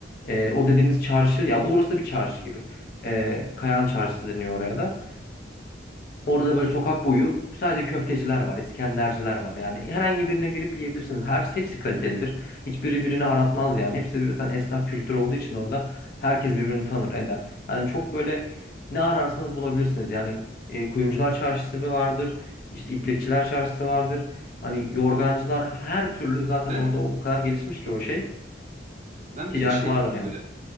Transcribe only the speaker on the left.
Ee, o dediğiniz çarşı ya orası da bir çarşı gibi. Ee, Kayan Çarşısı deniyor oraya da. Orada da böyle sokak boyu sadece köfteciler var, İskenderciler var. Yani herhangi birine girip yiyebilirsiniz. Her hepsi kalitelidir. Hiçbiri birini aratmaz yani. Hepsi birden esnaf kültürü olduğu için orada herkes birbirini tanır, eder. Yani çok böyle ne ararsanız bulabilirsiniz. Yani e, kuyumcular çarşısı bir vardır. İşte iplikçiler çarşısı vardır. Hani yorgancılar her türlü zaten
orada o, o kadar gelişmiş ki o şey
ticareti
vardır yani.